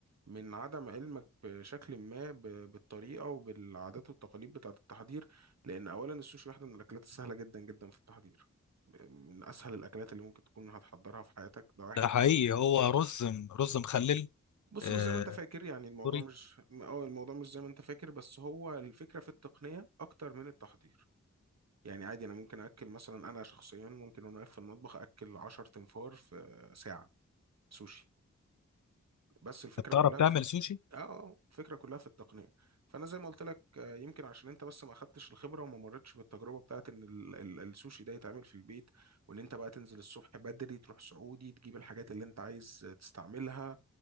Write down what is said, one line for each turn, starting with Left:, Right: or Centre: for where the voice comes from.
Right: من عدم علمك بشكل ما ب- بالطريقة وبالعادات والتقاليد بتاعة التحضير لأن أولا السوشي واحدة من الأكلات السهلة جدا جدا في التحضير من أسهل الأكلات اللي ممكن تكون هتحضرها في حياتك ده واحد
Left: ده حقيقي هو رز م- رز مخلل
Right: بص
Left: آه،
Right: مش زي ما أنت فاكر يعني الموضوع
Left: سوري
Right: مش أه الموضوع مش زي ما أنت فاكر بس هو الفكرة في التقنية أكتر من التحضير يعني عادي أنا ممكن أكل مثلا أنا شخصيا ممكن وأنا واقف في المطبخ أكل 10 تنفار في ساعة سوشي بس الفكرة
Left: طب تعرف
Right: كلها
Left: تعمل
Right: في
Left: سوشي
Right: اه آه، الفكره كلها في التقنيه فانا زي ما قلت لك آه، يمكن عشان انت بس ما اخدتش الخبره وما مرتش بالتجربه بتاعت ان ال- ال- السوشي ده يتعمل في البيت وان انت بقى تنزل الصبح بدري تروح سعودي تجيب الحاجات اللي انت عايز تستعملها